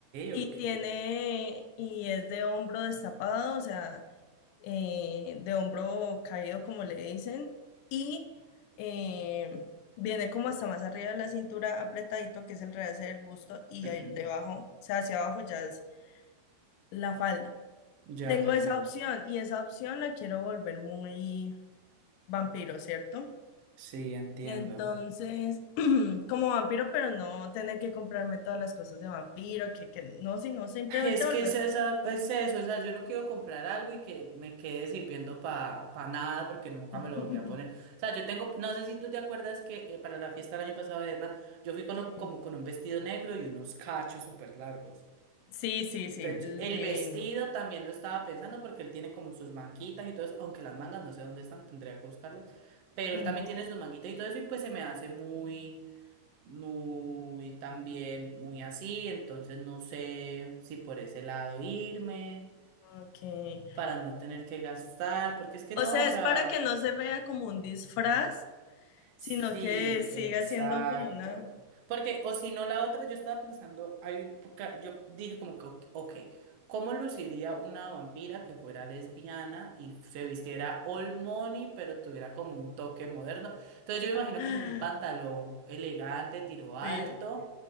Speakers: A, on the left; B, on the right.
A: Y
B: ok.
A: tiene, y es de hombro destapado, o sea, eh, de hombro caído, como le dicen, y eh, viene como hasta más arriba de la cintura apretadito, que es el realce del busto, y
B: <clears throat>
A: ahí debajo, o sea, hacia abajo ya es la falda.
B: Ya,
A: Tengo
B: ya,
A: esa
B: ya.
A: opción, y esa opción la quiero volver muy vampiro, ¿cierto?
B: Sí, entiendo.
A: Entonces, <clears throat> como vampiro, pero no tener que comprarme todas las cosas de vampiro, que, que no, sino simplemente
B: Ay, Es
A: volverlo.
B: que es esa, es eso, o sea, yo no quiero comprar algo y que me quede sirviendo para nada porque nunca
A: <laughs>
B: me lo volví a poner. O sea, yo tengo, no sé si tú te acuerdas que eh, para la fiesta del año pasado de Edna, yo fui con, o-
A: Sí,
B: como con un vestido negro y unos cachos súper largos.
A: sí, sí,
B: Entonces,
A: sí, li-
B: yo- el
A: divino.
B: vestido también lo estaba pensando porque él tiene como sus manguitas y todo eso, aunque las mangas no sé dónde están, tendría que buscarlas, pero
A: Ujú,
B: él también tiene sus manguitas y todo eso y pues se me hace muy, muy también, muy así, entonces no sé si por ese lado irme
A: ok.
B: para no tener que gastar, porque es que no,
A: O sea,
B: o sea...
A: es para que no se vea como un disfraz,
B: Sí,
A: sino que siga
B: exacto.
A: siendo como una...
B: Porque, o si no, la otra, yo estaba pensando, hay un- porque yo dije como que, ok, ok, ¿cómo luciría una vampira que fuera lesbiana y se vistiera all money, pero tuviera como un toque moderno? Entonces yo me imagino
A: <gasps>
B: como un pantalón elegante, tiro alto,
A: Sí,